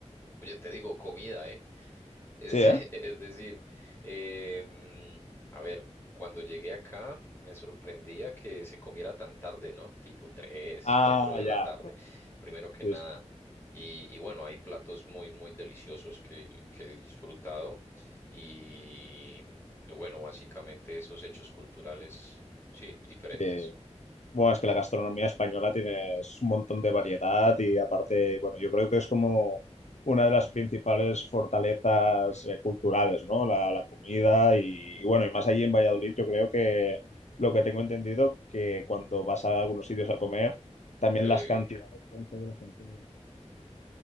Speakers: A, on the left; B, on the left.
A: Oye, te digo, comida, ¿eh? Es,
B: Sí,
A: <laughs>
B: ¿eh?
A: es decir, em, a ver, cuando llegué acá me sorprendía que se comiera tan tarde, ¿no? Tipo tres,
B: Ah,
A: 4 de
B: ya.
A: la tarde, primero que
B: Sí,
A: nada.
B: sí.
A: Y, y bueno, hay platos muy, muy deliciosos que, que he disfrutado. Y y bueno, básicamente esos hechos culturales, sí, diferentes.
B: Sí. Bueno, es que la gastronomía española tienes un montón de variedad y aparte, bueno, yo creo que es como una de las principales fortalezas eh, culturales, ¿no? La, la comida y, y bueno, y más allí en Valladolid, yo creo que lo que tengo entendido, que cuando vas a algunos sitios a comer, también
A: Sí,
B: las cantidades pueden ser de bastante...